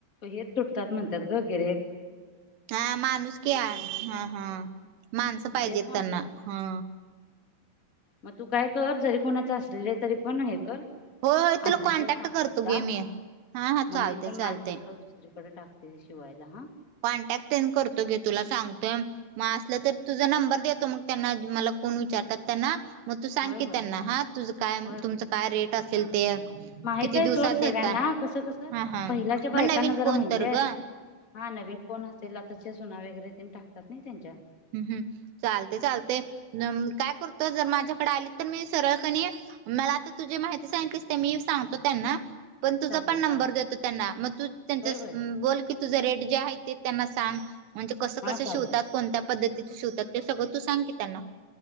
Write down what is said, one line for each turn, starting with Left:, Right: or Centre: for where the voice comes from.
Left: हेच तुटतात म्हणतात ग गेरे
Right: हा माणूस क हा हा माणसं पाहिजेत
Left: तेच म्हटलं
Right: त्यांना हा
Left: मग तू काय कर जरी कोणाच असलेलं तरी पण आहे कर
Right: होय होय तुला
Left: असले
Right: कॉन्टॅक्ट
Left: तर सांगत
Right: करतो
Left: जा
Right: गे मी हा हा
Left: मग
Right: चालते
Left: मी पण माझे
Right: चालते
Left: ब्लाऊज दुसरीकडे टाक शिवायला हा
Right: कॉन्टॅक्ट करतो घे तुला सांगतोय मग असलं तर तुझा नंबर देतो मग त्यांना मला कोण विचारतात त्यांना मग तू सांगते
Left: होय होय
Right: त्यांना हा तुझ काय
Left: होय होय
Right: तुमचं काय रेट असेल ते
Left: माहित
Right: किती
Left: आहे
Right: दिवसात
Left: सोड सगळ्यांना
Right: देता
Left: कसं कसं
Right: हा हा
Left: पहिल्याच्या बायकांना
Right: मग नवीन
Left: जरा
Right: कोण
Left: माहितीय
Right: तर
Left: आहे
Right: ग
Left: हा नवीन कोण तेला तच्या सुना वगैरे ते टाकतात नाही त्यांच्या
Right: हम् हम् चालते चालते काय करतो जर माझ्याकडे आली तर मी सरळ कणी मला आता तुझी माहिती सांगितलीस ते मी सांगतो त्यांना पण तुझा
Left: चालते
Right: पण
Left: चालते
Right: नंबर देतो त्यांना मग तू त्यांचा
Left: होय होय
Right: बोल ते त्यांना सां म्हणे क कस
Left: हा चालते
Right: कोण पद्धती शिवतात ते सगळं तू सांग की त्यांना